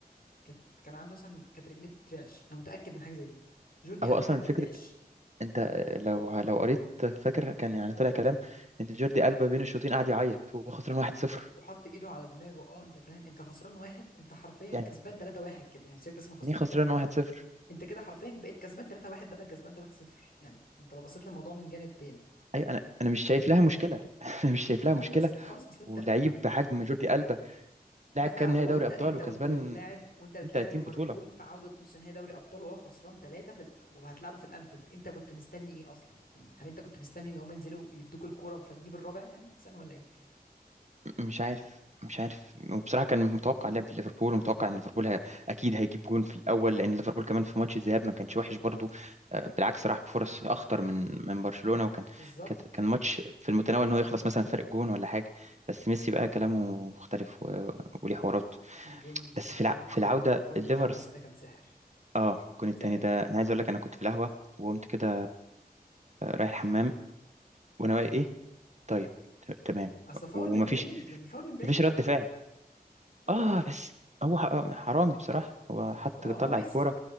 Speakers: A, on the left (about 65°); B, on the right (about 45°).
A: كانت كان عنده مثلا كانت رجليه بترعش أنا متأكد من حاجة زي دي جوردي
B: هو
A: ألبا
B: اصلا
A: كان بيترعش
B: فكرة انت آه، لو لو قريت فاكر كان يعني طلع كلام ان جوردي ألبا بين الشوطين قعد يعيط وهو خسران 1-0
A: وحط إيده على دماغه أه أنت فاهم أنت خسران واحد أنت حرفيا كسبان
B: يعني
A: 3-1 كده يعني سيبك بس من خسران
B: ايه خسران
A: أنت
B: 1-0
A: أنت كده حرفيا بقيت كسبان 3-1 بدل كسبان 3-0 يعني أنت لو بصيت للموضوع من جانب تاني
B: اي انا انا مش شايف لها مشكلة <laughs> انا مش شايف
A: خالص
B: لها مشكلة
A: خالص اصل انت
B: ولعيب بحجم جوردي ألبا لاعب
A: لا
B: كام
A: هو
B: نهائي دوري
A: انت
B: ابطال
A: انت
B: وكسبان
A: وانت بتلاعب وانت بتلاعب
B: 30
A: ليفربول
B: بطولة
A: في عودة نص نهائي دوري ابطال وهو خسران ثلاثة في ال... وهتلعبه في الانفيلد انت كنت مستني ايه اصلا يعني هل انت كنت مستني ان هم ينزلوا يدوك الكورة فتجيب الرابع يعني اصلا ولا ايه
B: مش عارف مش عارف
A: يعني
B: وبصراحه كان متوقع لعب ليفربول ومتوقع ان ليفربول ه- اكيد هيجيب جون في الاول لان ليفربول كمان في ماتش الذهاب ما كانش وحش برضو آه، بالعكس راح بفرص اخطر من من برشلونه وكان
A: بالظبط
B: كانت- كان ماتش في المتناول ان هو يخلص مثلا فرق جون ولا حاجه بس ميسي بقى كلامه مختلف و- وليه حوارات
A: الجون
B: بس
A: الجون
B: في الع- في
A: الجون
B: العوده
A: الفاول
B: الليفرز
A: بتاع ميسي ده كان سحر
B: اه الجون التاني
A: سحر
B: ده انا عايز اقول لك انا كنت في القهوه وقمت كده آه، رايح الحمام وانا واقي ايه طيب ت- تمام
A: اصل فاول
B: ومفيش
A: من بعيد يعني فاول من بعيد
B: مفيش
A: قوي
B: رد فعل
A: ده اه
B: اه بس هو ح- آه، حرامي بصراحة هو حط
A: هو هو
B: طلع
A: ميسي
B: الكورة